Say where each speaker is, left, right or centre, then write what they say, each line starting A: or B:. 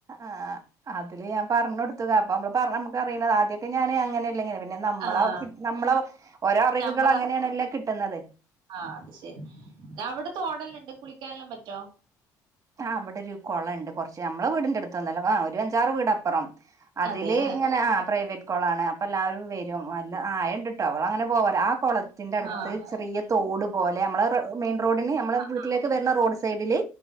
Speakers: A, on the right (about 45°); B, on the right (about 75°).
A: ആഹ് അതില് ഞാൻ പറഞ്ഞൊട്ത്തത അപ്പൊ നമ്മള് പർ നമ്മക്ക് അറിയ്ണത ആദ്യൊക്ക ഞാന് അങ്ങനെല്ല ഇങ്ങനെ പിന്നെ നമ്മളവ
B: ആഹ്
A: നമ്മളവ ഓരൊ അറിവ്കള്
B: നമ്മള
A: അങ്ങനെണല്ലൊ കിട്ട്ന്നത്
B: ആഹ് അത് ശരി. അവടെ തോടെല്ലണ്ട് കുളിക്കാനെല്ല പറ്റൊ
A: ആഹ് ഇവടൊരു കൊളണ്ട് കൊറ്ച്ച് ഞമ്മളെ വീടിന്റ അടുത്തൊന്നല്ല ആഹ് ഒരു അഞ്ചാറ് വീടപ്പറാണ് അതില്
B: അതെ
A: ഇങ്ങന ആഹാ പ്രൈവറ്റ് കൊളാണ് അപ്പ എല്ലാരും വരും അല്ല ആയണ്ട്ട്ട അവള അങ്ങനെ പോവല ആഹ് കൊളത്തിന്റെ അട്ത്ത്
B: ആഹ്
A: ചെറിയ തോട് പോലെ നമ്മള റ മെയി റോഡിന് ഞമ്മള
B: ആഹ്
A: വീട്ടിലേക്ക് വര്ന്ന റോഡ് സൈഡില്